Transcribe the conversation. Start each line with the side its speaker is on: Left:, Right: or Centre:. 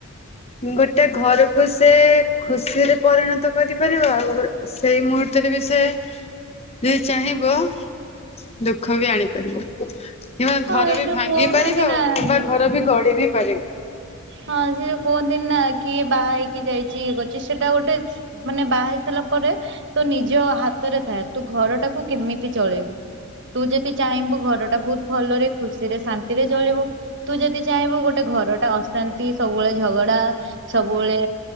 Left: ଗୋଟେ ଘରକୁ ସେ ଖୁସିରେ ପରିଣତ କରିପାରିବ ଆଉ ସେଇ ମୁହୂର୍ତ୍ତରେ ବି ସେ ଯଦି ଚାହିଁବ ଦୁଃଖ ବି ଆଣିପାରିବ। କିମ୍ବା
Right: ହଁ
Left: ଘର
Right: ଏଇ
Left: ବି
Right: ଯୋଉ
Left: ଭାଙ୍ଗି
Right: କହୁନାହାନ୍ତି
Left: ପାରିବ
Right: ନା
Left: କିମ୍ବା ଘର ବି ଗଢ଼ୀ ବି ପାରିବ।
Right: ହଁ ଜିଏ କୁହନ୍ତି ନା କିଏ ବାହା ହେଇକି ଯାଇଚି ଇଏ କରିଚି ସେଟା ଗୋଟେ ମାନେ ବାହାହେଇ ସାରିଲା ପରେ ତୋ ନିଜ ହାତରେ ଥାଏ ତୁ ଘର ଟାକୁ କେମିତି ଚଳେଇବୁ। ତୁ ଯଦି ଚାହିଁବୁ ଘର ଟା ବୋହୁତ ଭଲରେ ଖୁସିରେ ଶାନ୍ତିରେ ଚଳିବ। ତୁ ଯେଦି ଚାହିଁବୁ ଗୋଟେ ଘରଟା ଅସ ଶାନ୍ତି ସବୁବେଳେ ଝଗଡା ସବୁବେଳେ